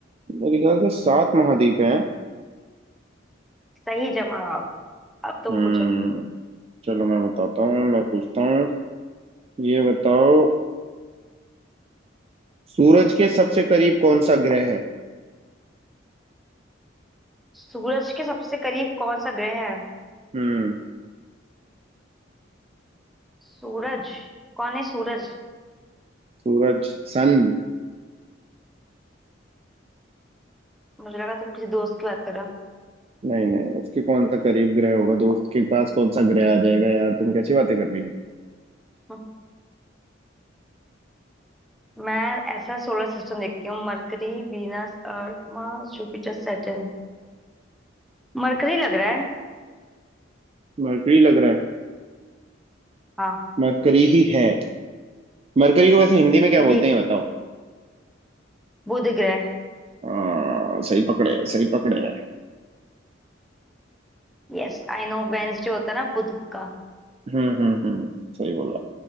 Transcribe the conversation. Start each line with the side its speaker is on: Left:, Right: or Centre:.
Right: मेरे ख्याल से सात महाद्वीप हैं
Centre: सही जवाब अब तुम
Right: हम्म
Centre: पूछो
Right: चलो मैं बताता हूँ मैं पूछता हूँ ये बताओ सूरज के सबसे करीब कौन सा ग्रह है
Centre: सूरज के सबसे करीब कौन सा ग्रह है
Right: हम्म
Centre: सूरज कौन है सूरज
Right: सूरज सन
Centre: मुझे लगा तुम किसी दोस्त की बात कर रहे हो
Right: नहीं नहीं उसके कौन सा करीब ग्रह होगा दोस्त के पास कौन सा ग्रह आ जाएगा यार तुम कैसी बातें कर रही हो
Centre: हम्म। मैं ऐसा सोलर सिस्टम देखती हूँ Mercury Venus Earth Mars Jupiter Saturn Mercury लग रहा है
Right: मरकरी लग रहा है
Centre: हाँ
Right: मरकरी ही है मरकरी को वैसे हिंदी में क्या
Centre: देख
Right: बोलते हैं ये बताओ
Centre: बुध ग्रह
Right: आ, सही पकड़े हैं सही पकड़े हैं
Centre: यस आई नो वेंसडे होता है ना बुध का
Right: हम्म हम्म हम्म सही बोला